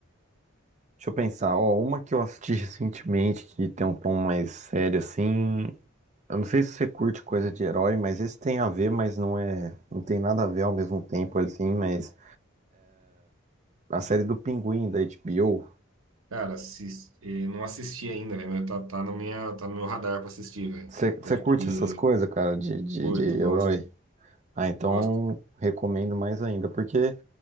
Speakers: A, on the right (about 35°); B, on the right (about 80°).
A: Deixa eu pensar, ó, uma que eu assisti recentemente que tem um tom mais sério assim. Eu não sei se você curte coisa de herói, mas esse tem a ver, mas não é, não tem nada a ver ao mesmo tempo assim, mas a série do Pinguim da HBO.
B: cara, assis- eh, não assisti ainda, velho, mas tá, tá, na minha, tá no meu radar pra assistir, velho.
A: Você você
B: Porque
A: curte essas coisas, cara, de, de,
B: curto,
A: de herói?
B: gosto,
A: Ah, então
B: gosto.
A: recomendo mais ainda, porque